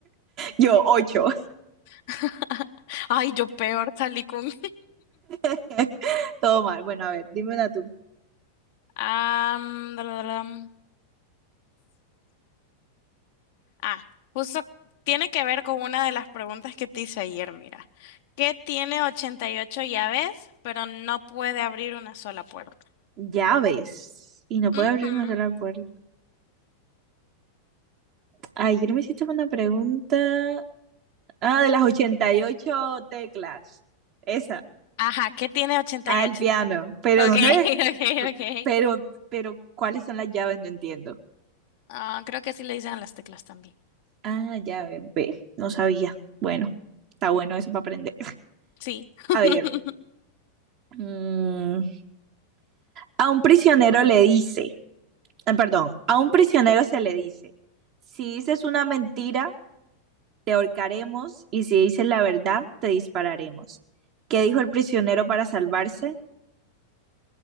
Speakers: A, on the right; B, on the left.
A: Yo, ocho.
B: <laughs> Ay, yo peor salí con... <laughs>
A: <laughs> Todo mal. Bueno, a ver, dime una tú.
B: Am, dalalam. ah, justo tiene que ver con una de las preguntas que te hice ayer, mira. ¿Qué tiene 88 llaves, pero no puede abrir una sola puerta?
A: Llaves. Y no puedo
B: Ujú.
A: abrir una sola puerta. Ay, yo no me hiciste una pregunta. Ah, de las 88 teclas. Esa.
B: Ajá, ¿qué tiene ochenta
A: Ah,
B: y
A: el
B: ocho?
A: piano. Pero
B: Ok,
A: no se ve.
B: <laughs> ok,
A: p-
B: ok.
A: Pero, pero, ¿cuáles son las llaves? No entiendo.
B: Ah, creo que así le dicen a las teclas también.
A: Ah, llave. Ve. No sabía. Bueno, está bueno eso para aprender.
B: Sí. <laughs>
A: A ver. mm, a un prisionero le dice. ah, perdón. A un prisionero se le dice. Si dices una mentira, te ahorcaremos. Y si dices la verdad, te dispararemos. ¿Qué dijo el prisionero para salvarse?